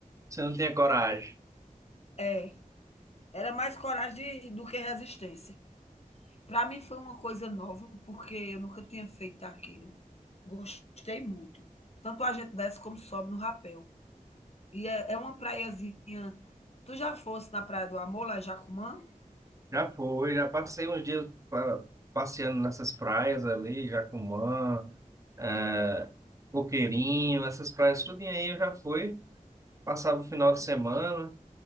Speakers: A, on the right; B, on the left.
A: Você não tinha coragem.
B: É. Era mais coragem de- do que resistência. Para mim foi uma coisa nova, porque eu nunca tinha feito aquilo. Gostei muito. Tanto a gente desce como sobe no rapel. E é, é uma praiazinha. Tu já fosse na Praia do Amor, lá em Jacumã?
A: Já foi, já passei uns dias pa- passeando nessas praias ali, Jacumã, é, Coqueirinho, essas praias, tudo aí eu já fui. Passava o final de semana,